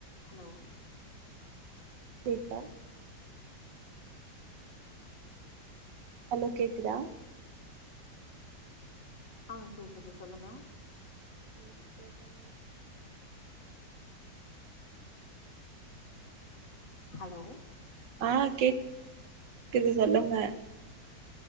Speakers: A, on the left; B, on the right.
A: ஹலோ
B: கேக்தா ஹலோ கேக்குதா
A: ஆ கேக்குது சொல்லுங்க
B: ம் சொல்லுங்க
A: ஹலோ
B: ஆ கேக் <inaudible> குது சொல்லுங்க